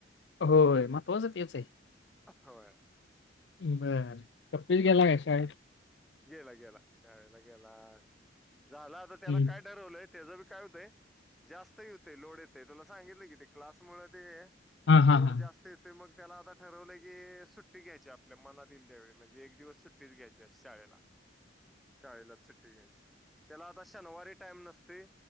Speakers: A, on the left; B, in the centre.
A: होय महत्वाचं तेच आहे.
B: होय
A: बर कपिल गेला काय शाळेत?
B: गेला गेला शाळेला गेला झाला आता त्याला
A: हम्म.
B: काय ठरवलंयत - त्याच बी काय होतय जास्त ह होतंय लोड येतय तुला सांगितलं कि ते क्लास मूळ ते.
A: हा हा
B: लोड
A: हा
B: जास्त येत. ते मग त्याला आता ठरवलं की अ सुट्टी घ्यायची आपल्या मनात येईल त्यावेळी म्हणजे एक दिवस सुट्टीच घ्यायची. शाळेला शाळेला सुट्टी घ्यायची त्याला आता शनिवारी टाइम नसते.